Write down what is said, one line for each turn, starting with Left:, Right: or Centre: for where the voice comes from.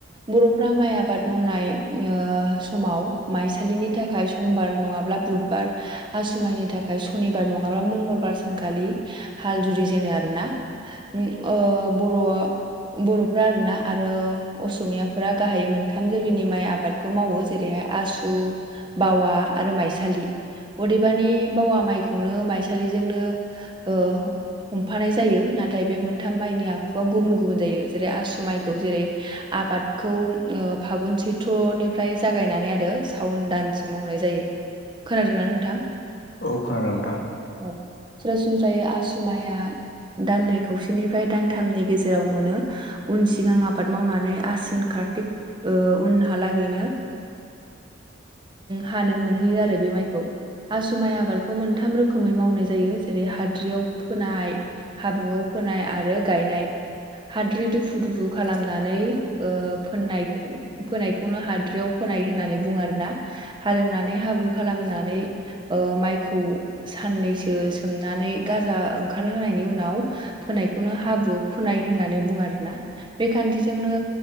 Right: बर'फ्रा माइ आबाद मावनाय ओ समाव माइसालिनि थाखाय समबार नङाब्ला बुधबार आसुमाइनि थाखाय सनिबार नङाब्ला मंगलबार सानखालि हाल जुरि जेनो आरो ना। उम ओ बर'आ बर'फ्रा आरोना आरो असमियाफोरा गाहायै मोनथाम जोलैनि माइ आबादखौ मावो जेरैहाय आसु बावा आरो माइसालि अदेबानि बावा माइखौनो माइसालिजोंनो औ हमफानाय जायो नाथाय बे मोनथाम माइनि आखुआ गुबुन गुबुन जायो जेरै आसु माइखौ जेरै आबादखौ ओ फागुन सैथ्रनिफ्राय जागायनानै आरो सावन दानस मावनाय जायो खोनादोंना नोंथां?
Left: औ खोनादों नोंथां।
Right: औ सरासनस्रायै आसुमाया दाननै खावसेनिफ्राय दानथामनि गेजेराव मोनो। उन सिगां आबाद मावनानै आसिन कारतिक उनहालागैनो हानो मोनहैयो आरो बे माइखौ। आसुमाइ आबादखौ मोनथाम रोखोमै मावनाय जायो जेरै हाद्रियाव फोनाय हाब्रुआव फोनाय आरो गायनाय हाद्रि दुफु दुफु खालामनानै ओ फोननाय फोनायखौनो हाद्रियाव फोनाय होननानै बुङो आरोना हालेवनानै हाब्रु खालामनानै ओ माइखौ साननैसो सोमनानै गाजा ओंखारहोनायनि उनाव फोनायखौनो हाब्रुआव फोनाय होननानै बुङो आरोना। बे खान्थिजोंनो